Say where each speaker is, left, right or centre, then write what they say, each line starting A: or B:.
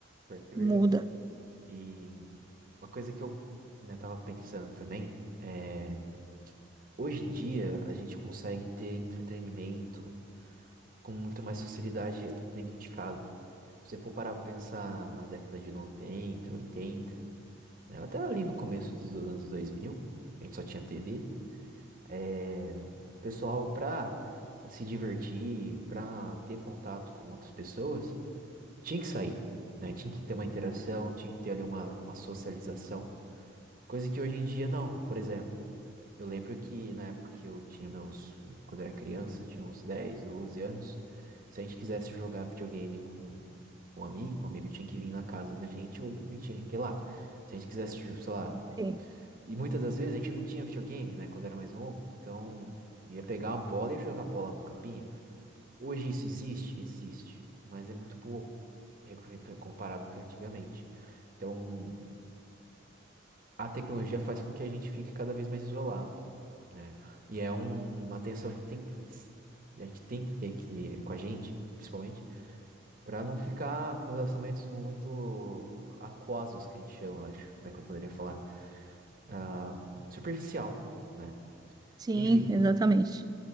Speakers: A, on the right (about 45°); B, on the right (about 20°).
A: pior que é
B: Muda.
A: verdade. E uma coisa que eu, né, tava pensando também é, hoje em dia a gente consegue ter entretenimento com muito mais facilidade dentro de casa. Se você for parar pra pensar na década de 90, 80, né, até ali no começo dos anos 2000, a gente só tinha TV, é, o pessoal, pra se divertir, pra ter contato com outras pessoas, tinha que sair, né? Tinha que ter uma interação, tinha que ter ali uma, uma socialização. Coisa que hoje em dia não. Por exemplo, eu lembro que na época que eu tinha meus. Quando eu era criança, tinha uns 10, 12 anos. Se a gente quisesse jogar videogame com, com um amigo, o amigo tinha que vir na casa da gente ou a gente tinha que ir lá. Se a gente quisesse, tipo, sei lá.
B: Sim,
A: E muitas das vezes a gente não tinha videogame, né, quando era mais novo. Então ia pegar a bola e jogar bola no campinho. Hoje isso existe? Existe. Mas é muito pouco re- re- comparado com antigamente. Então a tecnologia faz com que a gente fique cada vez mais isolado, né? E é um- uma tensão que tem que, a gente tem que ter que, com a gente, principalmente, para não ficar com relacionamentos muito aquosos, que a gente chama, acho, né? Que eu poderia falar. Ah, superficial, né?
B: Sim,
A: Enfim,
B: exatamente.